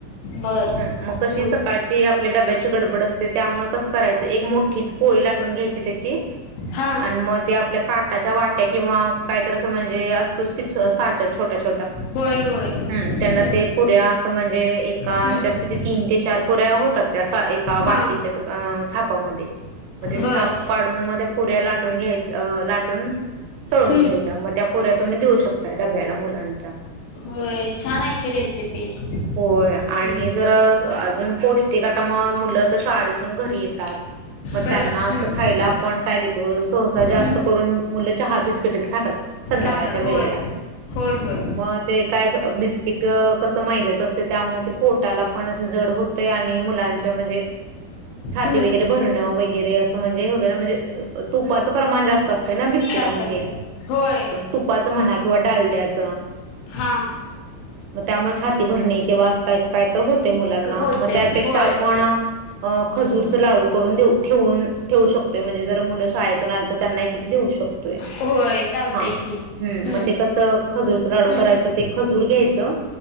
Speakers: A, on the left; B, on the right.
A: बर
B: ह मग कशी
A: हम्म
B: सकाळची आपल्या डब्याची गडबड असते त्यामुळे कसं करायचं एक मोठीच पोळी लाटून घ्यायची त्याची
A: हा
B: आणि मग ते आपल्या का च्या वाट्या किंवा काहीत अस म्हणजे असतोच की साच छोट्या छट ट
A: होय होय हम्म
B: त्यांना ते पुऱ्या अस म्हणजे एका
A: हम्म
B: ह्याच्यात कि तीन ते चार पुऱ्या होतात त्या एका वाटीच्या
A: हा
B: छापामध्ये मग ते
A: बर
B: छाप पाडून मग त्या पुऱ्या लाटून घ्याय लाटून तळून
A: हम्म
B: घ्यायच्या मग त्या पुऱ्या तुम्ही देऊ शकताय डब्याला मुलांच्या
A: होय छान आहे कि रेसिपी
B: होय
A: हम्म
B: आणि जर अजून पौष्टिक आता मग मुलं तर शाळेतून घरी येतात मग
A: बर
B: त्यांना अस
A: हम्म
B: खायला आपण काय देतो सहसा जास्त
A: हम्म
B: करून मु च बट खातात संध्याकाळच्या
A: खातात
B: वेला
A: होय होय होय
B: मग ते काय तथ कसं मैद्याचं असतं त्यामुळे ते पोटाला पण असं जड होतय आणि मुलांच्या म्हणजे छाती
A: हम्म
B: वगैरे भरणं वगैरे असं म्हणजे होतं ना म्हणजे तुपाचं प्रमाण जास्त असतं ना बिस्किटामध्ये.
A: जास्त असते होय
B: तुपाच म्हणा किंवा डालड्याच
A: हा
B: त्यामुळे छान. ते भरणे किंवा, का काय तर होते मुलांना
A: होते
B: मग त्यापेक्षा
A: होय
B: आपण खजूरच लाडू करून देऊ. ठेवून ठेवू शकतोय म्हणजे जर मुलं शाळेतून आली तर त्यांना एक एक देऊ शकतोयं.
A: होय चालतय
B: हा
A: की
B: हम्
A: हम्म
B: मग ते कसं खजूरच लाडू
A: हम्म
B: करायचं ते खजूर घ्यायचं.